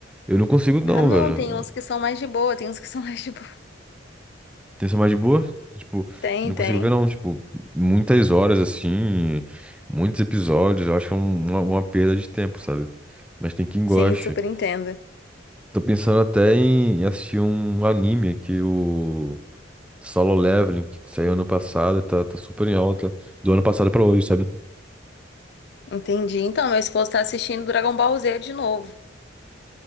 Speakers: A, in the centre; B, on the left.
A: eu não consigo, não,
B: Ah, não,
A: velho.
B: tem uns que são mais de boa, tem uns que <laughs> são mais de boa.
A: Tensão mais de boa? Tipo,
B: Tem,
A: não consigo
B: tem.
A: ver não, tipo, muitas horas assim, muitos episódios, eu acho é um- uma, uma perda de tempo, sabe? Mas tem quem goste.
B: Sim, super entendo.
A: Tô pensando até em assistir um anime que o Solo Leveling, que saiu ano passado, tá, tá super em alta, do ano passado pra hoje, sabe?
B: Entendi. Então, meu esposo tá assistindo Dragon Ball Z de novo.